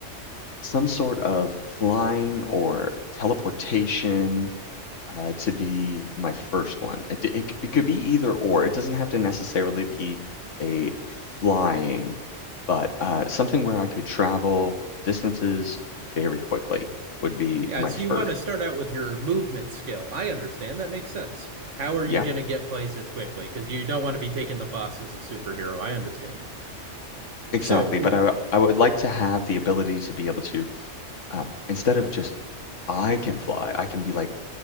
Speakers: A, on the left; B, on the right.
A: some sort of flying or teleportation uh, to be my first one. It, d- it, c- it could be either or. It doesn't have to necessarily be a flying, but uh, something where I could travel distances very quickly would be
B: Yeah,
A: my
B: so you
A: first.
B: want to start out with your movement skill. I understand. That makes sense. How are you
A: Yeah.
B: going to get places quickly? Because you don't want to be taking the bus as a superhero. I understand.
A: Exactly,
B: So, w-
A: but I w- I would like to have the ability to be able to um, instead of just I can fly, I can be like,